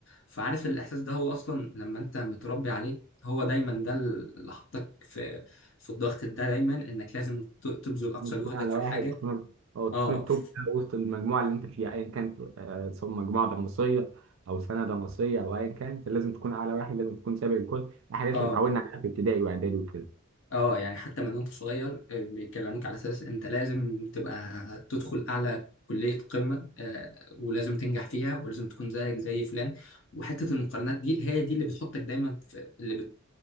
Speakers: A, on the left (about 60°); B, on the right (about 65°).
A: فعارف الاحساس ده هو اصلا لما انت متربي عليه هو دايما ده اللي حطك في في الضغط ده دايما انك لازم ت- تبذل اقصى
B: التخين
A: جهدك
B: على
A: في
B: واحد
A: الحاجه
B: تكون او تكون
A: اه
B: التوب
A: ف-
B: وسط المجموعه اللي انت فيها ايا كانت آه، سواء مجموعه دراسيه او سنه دراسيه او ايا كانت لازم تكون اعلى واحد لازم تكون سابق الكل الحاجات
A: اه
B: اللي اتعودنا عليها في ابتدائي واعدادي وكده
A: اه يعني حتى من وانت صغير آه، بيكلموك على اساس انت لازم تبقى تدخل اعلى كلية قمة آه، ولازم تنجح فيها ولازم تكون زيك زي فلان وحتة المقارنات دي هي دي اللي بتحطك دايما في اللي بت...